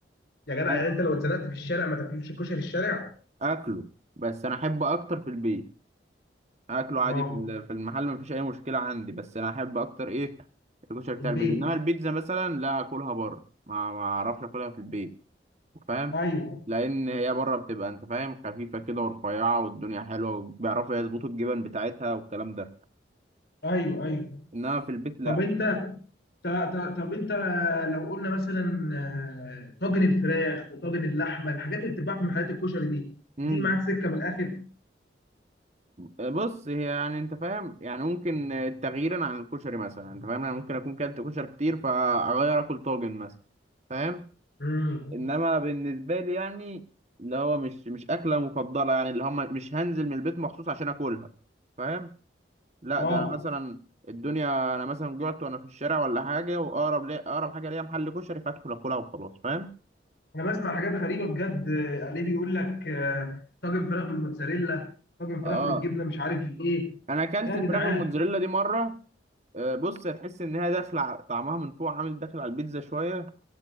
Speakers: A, on the left; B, on the right.
A: يا جدع
B: بس
A: يعني أنت لو اتزنقت في الشارع ما تاكلش كشري الشارع؟
B: اكله بس انا احبه اكتر في البيت اكله عادي
A: اه
B: في ال- في المحل مفيش اي مشكله عندي بس انا احب اكتر ايه الكشري بتاع
A: البيت
B: البيت انما البيتزا مثلا لا اكلها بره ما ما اعرفش اكلها في البيت فاهم
A: ايوه
B: لان هي بره بتبقى انت فاهم خفيفه كده ورفيعه والدنيا حلوه وبيعرفوا يظبطوا الجبن بتاعتها والكلام ده
A: ايوه ايوه
B: انما في البيت لا
A: طب انت ط- ط- طب انت لو قلنا مثلا آه، طاجن الفراخ وطاجن اللحمه الحاجات اللي بتتباع في محلات الكشري دي
B: امم
A: بتيجي معاك سكه من الاخر
B: بص هي يعني انت فاهم يعني ممكن تغييرا عن الكشري مثلا انت فاهم انا ممكن اكون كلت كشري كتير فاغير اكل طاجن مثلا فاهم
A: امم
B: انما بالنسبه لي يعني اللي هو مش مش اكله مفضله يعني اللي هم مش هنزل من البيت مخصوص عشان اكلها فاهم لا
A: اه
B: ده انا مثلا الدنيا انا مثلا جعت وانا في الشارع ولا حاجه واقرب لي اقرب حاجه ليا محل كشري فادخل اكلها وخلاص فاهم
A: انا بسمع حاجات غريبه بجد آه، عليه بيقول لك آه، طاجن فراخ بالموتزاريلا طاجن فراخ
B: اه
A: بالجبنه مش عارف ايه
B: انا اكلت
A: يا
B: الفراخ
A: جدعان
B: بالموتزاريلا دي مره آه، بص هتحس انها داخله على- طعمها من فوق عامل داخل على البيتزا شويه